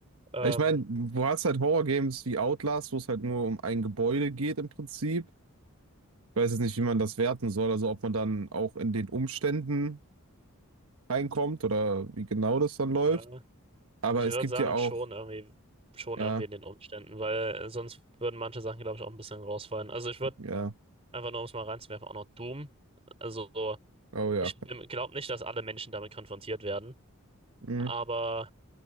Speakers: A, on the right; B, on the right.
A: Ähm,
B: Ich meine, du hast halt Horror-Games wie Outlast, wo es halt nur um ein Gebäude geht im Prinzip. Ich weiß jetzt nicht, wie man das werten soll, also ob man dann auch in den Umständen reinkommt oder wie genau das dann läuft.
A: ja.
B: Aber
A: Ich würde
B: es gibt
A: sagen,
B: ja auch,
A: schon irgendwie, schon
B: ja,
A: irgendwie in den Umständen, weil sonst würden manche Sachen, glaube ich, auch ein bisschen rausfallen. Also ich würde
B: ja,
A: einfach nur, um es mal reinzuwerfen, auch noch Doom. Also so,
B: oh ja.
A: ich glaube nicht, dass alle Menschen damit konfrontiert werden,
B: Hm.
A: aber